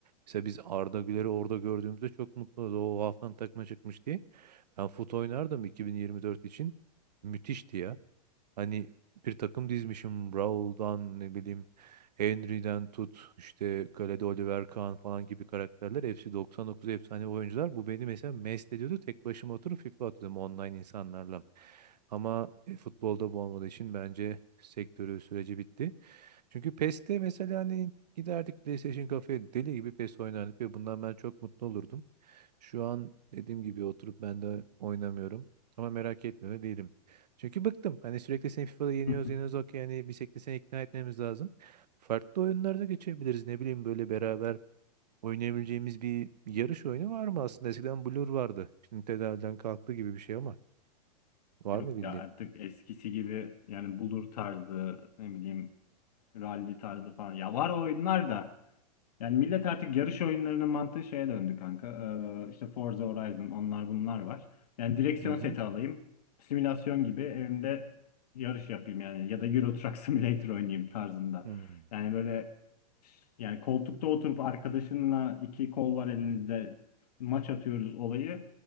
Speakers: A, on the right (about 85°); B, on the left (about 70°).
A: Mesela biz Arda Güler'i orada gördüğümüzde çok mutlu olduk. O haftanın takıma çıkmış diye. Ben fut oynardım 2024 için. Müthişti ya. Hani bir takım dizmişim Raul'dan ne bileyim Henry'den tut işte kalede Oliver Kahn falan gibi karakterler. Hepsi 99 efsane oyuncular. Bu beni mesela mest ediyordu. Tek başıma oturup FIFA atıyordum online insanlarla. Ama e, futbolda bu olmadığı için bence sektörü süreci bitti. Çünkü PES'te mesela hani giderdik PlayStation kafeye deli gibi PES oynardık ve bundan ben çok mutlu olurdum. Şu an dediğim gibi oturup ben de oynamıyorum. Ama merak etmiyor da değilim. Çünkü bıktım. Hani sürekli seni FIFA'da yeniyoruz
B: <laughs>
A: yeniyoruz okey. Yani bir şekilde seni ikna etmemiz lazım. Farklı oyunlarda geçebiliriz. Ne bileyim böyle beraber oynayabileceğimiz bir yarış oyunu var mı aslında? Eskiden Blur vardı. Şimdi tedaviden kalktı gibi bir şey ama. Var
B: Yok
A: mı bildiğin?
B: ya artık eskisi gibi yani bulur tarzı, ne bileyim rally tarzı falan. Ya var o oyunlar da. Yani millet artık yarış oyunlarının mantığı şeye döndü kanka. Ee, işte Forza Horizon onlar bunlar var. Yani direksiyon
A: Hı hı.
B: seti alayım. Simülasyon gibi evimde yarış yapayım yani. Ya da Euro Truck Simulator oynayayım tarzında.
A: Hmm.
B: Yani böyle Yani koltukta oturup arkadaşınla iki kol var elinizde maç atıyoruz olayı.